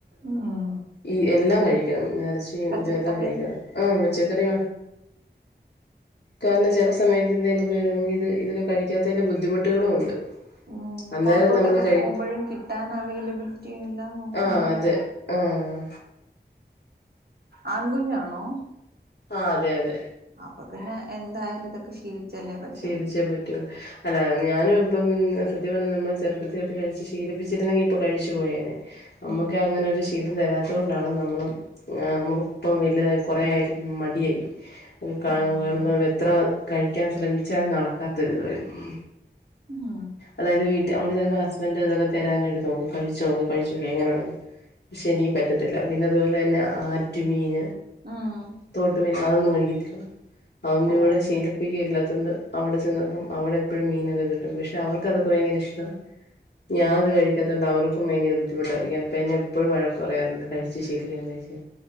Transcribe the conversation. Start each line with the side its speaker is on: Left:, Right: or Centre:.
Right: ഉം
Left: ഈ എല്ലാം കഴിക്കണം കച്ചിയും
Right: പച്ചക്കറിയും
Left: ഇതെല്ലാം കഴിക്കണം ആ പച്ചക്കറിയ കാരണം ചില സമയത്ത് ഇ എന്തലക്കത് ഇതൊക്കെ കഴിക്കാത്തതിന്റെ ബുദ്ധിമുട്ടുകളും ഉണ്ട്
Right: ഉ
Left: അന്നേരം
Right: പുറത്തോട്ടൊക്കെ
Left: നമ്മള് കഴി
Right: പോകുമ്പോഴും കിട്ടാൻ അവൈലബിലിറ്റി എല്ലാം നോക്കണല്ലോ
Left: ആഹ് അതെ ആഹ്
Right: ആൺകുഞ്ഞാണോ
Left: ആ അതെ അതെ
Right: അ പിന്നെ എന്തായാലും ഇതൊക്കെ ശീലിച്ചല്ലേ പറ്റൂ
Left: ശീലിച്ചേ പറ്റിയുള്ളൂ അല്ല ഞാനും ഇപ്പം സത്യം പറഞ്ഞൽ നമ്മൾ ചെറുപ്പത്തി ചേർത്ത് കഴിച്ച് ശീലിപ്പിച്ചിരുന്നെങ്കിൽ ഇപ്പൊ കഴിച്ചു പോയേനെ നമ്മുക്ക്
Right: ഉം
Left: അങ്ങനെ ഒരു ശീലം തരാത്തത് കൊണ്ടാണ് നമ്മൾ നമുക്ക് ഇപ്പം വലുത കുറെ ആയിരിക്ക മടിയായി കാണുമ്പം
Right: ഉം
Left: എത്ര കഴിക്കാൻ ശ്രമിക്ക വച്ചാലും നടക്കാത്തരുതായിരുന്നു
Right: ഉം
Left: അതായത് വീട്ട അവിടെ ചെന്ന ഹസ്ബൻഡറ് ഇതൊക്കെ തരാനായിട്ട് നോക്ക കഴിച്ചു നോ കഴിച്ചു നോക്ക എങ്ങനെയണന്ന് പക്ഷെ എനിക്ക് പറ്റത്തില്ല പിന്നെ അതുപോലെ തന്നെ ആറ്റു മീൻ
Right: ഉം
Left: തോട്ട് മീൻ അതൊന്നും കഴിക്കത്തില്ല അതൊന്നും
Right: ഓ
Left: ഇവിടെ ശീലിപ്പിക്കുകയില്ലാത്തൊണ്ട് അവിടെ ചെന്നപ്പോം അവിടെ എപ്പോഴും മീനൊക്കെ കി പക്ഷെ അവർക്ക് അതൊക്കെ ഭയങ്കര ഇഷ്ടമാണ് ഞാന അത് കഴിക്കാത്തൊണ്ട് അവർക്കും ഭയങ്കര ബുദ്ധിമുട്ടായിരിക്ക അപ്പ എന്നെ എപ്പോഴും വഴക്ക പറയാറുണ്ട് കഴിച്ച് ശീലിക്കണം കഴി